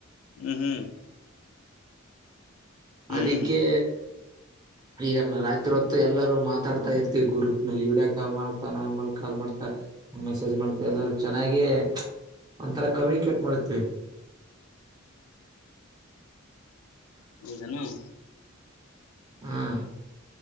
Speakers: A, on the left; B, on the right.
A: ಹ್ಮ್ ಹ್ಮ್. ಹ್ಮ್
B: ಅದಕ್ಕೆ. ಈಗ ರಾತ್ರಿ ಹೊತ್ತು ಎಲ್ಲರೂ ಮಾತಾಡ್ತಾ ಇರ್ತಿವಿ ಗ್ರೂಪ್ ನಲ್ಲಿ ಈಡಿಯ ಕಾಲ್ ಮಾಡ್ತಾ ನ್ಮ ಕಾಲ್ ಮಾಡ್ತಾ ಮೆಸೇಜ್ ಮಾಡ್ತ ಎಲ್ಲಾರೂ ಚೆನ್ನಾಗೇ ಒಥರಾ ಕಮ್ಯುನಿಕೇಟ್ ಮಾಡತವಿ.
A: ಹೌದಾನು. ಹ.
B: ಹ್ಮ್.